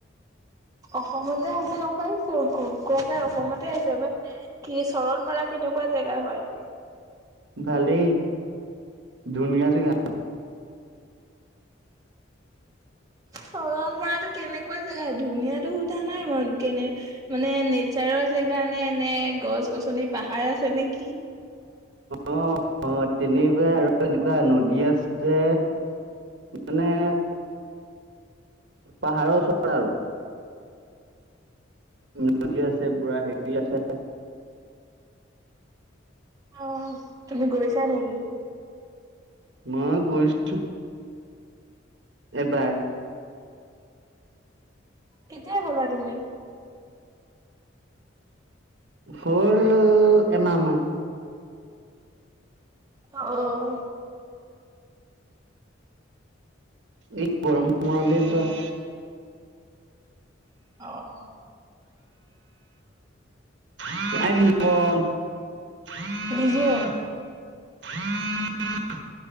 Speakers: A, on the right (about 20°); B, on the right (about 65°).
A: অসমত তাছে গম পাইছো কোৱা যাৰ অসমতে আছে বাট কি চৰল পাৰা কেনেকুৱা জেগা হয়? <unintelligible>
B: ভালেই ধুনীয়া যেগাটো গ <unintelligible>
A: সৰালপাৰ তো কেনেকুৱা জেগা ধুনীয়া তু <unintelligible> <unintelligible> মন কেনে মানে নেচাৰত। জেগানে এনে গছ গছনি পাহাৰ আছে নেকি?
B: অ', অ', তেনেকুৱা আৰু এনেকুৱা নদী আছে। মানে পাহাৰৰ ওচৰতে আৰু। উ দিয়া আছে। <unintelligible> আছে পুৰা হেৰি আছে।
A: অ', তুমি গৈছা নেকি?
B: মই গৈছো এবাৰ।
A: কেতিয়া গ'লা তুমি?
B: <inaudible> হ'ল এমাহমান
A: অঁ
B: এই গৰমৰ মনতে যোৱা
A: অ',
B: <inaudible> উম
A: বুজিছো
B: <unintelligible>